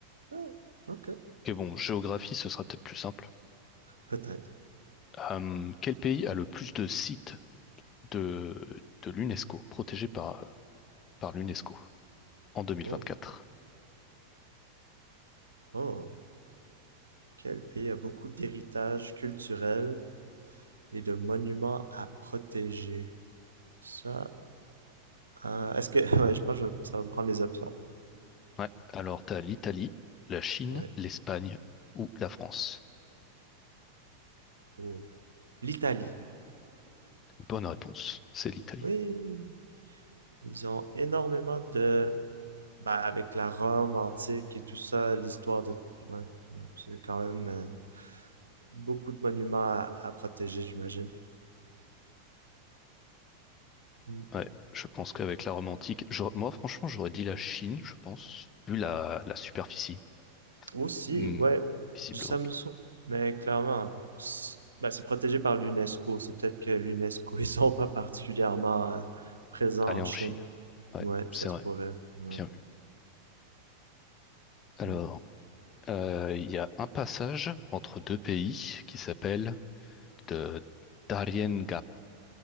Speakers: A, on the right; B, on the left.
A: Ouais. Ok.
B: Ok, bon, géographie, ce sera peut-être plus simple.
A: Peut-être.
B: Euh, quel pays a le plus de sites de, de l'UNESCO, protégés par, euh, par l'UNESCO en deux mille
A: Oh.
B: vingt-quatre
A: Oh. Quel pays a beaucoup d'héritage culturel et de monuments à protéger? Ça... euh, Est-ce que... <laughs> Ouais, je pense que ça va me prendre les options.
B: Ouais, alors t'as l'Italie, la Chine,
A: Ouais.
B: l'Espagne ou la France.
A: Oh. L'Italie.
B: Bonne réponse, c'est l'Italie.
A: Oui, ils ont énormément de... Ben, avec la Rome antique et tout ça, l'histoire de... Ouais, non, c'est quand même euh, beaucoup de monuments à, à protéger, j'imagine. Mm.
B: Ouais, je pense qu'avec la Rome antique, j'aurais- moi franchement j'aurais dit la Chine, je pense, vu la, la superficie,
A: Aussi,
B: Hmm,
A: ouais,
B: visiblement.
A: ça me sur... Mais clairement, c'est ben, c'est protégé par l'UNESCO. C'est peut-être que l'UNESCO, ils sont pas particulièrement euh, présents
B: Aller
A: en
B: en
A: Chine.
B: Chine. Ouais,
A: Ouais, ça
B: c'est
A: se
B: vrai,
A: pourrait. Ouais.
B: bien vu. Alors,
A: Mm.
B: euh, il y a un passage entre deux pays qui s'appelle de Darien Gap.